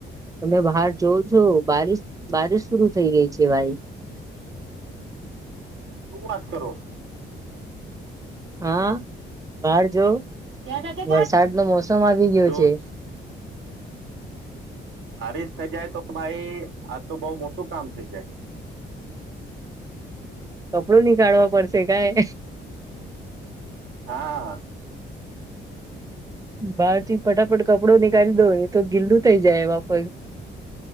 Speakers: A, on the right; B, on the right.
A: તમે બહાર જોવ છો બારિશ બારિશ શરુ થઈ ગઈ છે ભાઈ.
B: શું વાત કરો?
A: હા બહાર જો.
B: ક્યા
A: વરસાદનો મોસમ આવી ગયો
B: જો
A: છે
B: <unintelligible> બારીસ થઇ જાય તો ભાઈ આ તો બઉ મોટું કામ થઇ જાય.
A: કપડો નની કાઢવા પડશે કઈ
B: હા
A: બાર થી ફટાફટ કપડો નીકળી દો એ તો ગીલું થઈ જાય એમાં પણ